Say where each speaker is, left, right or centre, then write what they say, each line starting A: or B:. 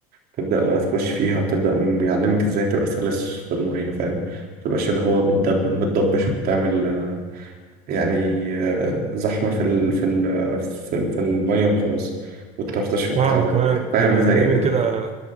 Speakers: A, on the right; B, on the right.
A: تبدأ بقى تخش فيها وتبدأ م- يعلمك إزاي تبقى سلس في المية فاهم متبقاش اللي هو بتدب متضبش وبتعمل يعني آه، زحمة في ال في ال في, ال- في المية وخلاص والطرطش وبتاع
B: فاهمة
A: وزي
B: كمان
A: كده. فاهم
B: كنا
A: زي
B: بنعمل كده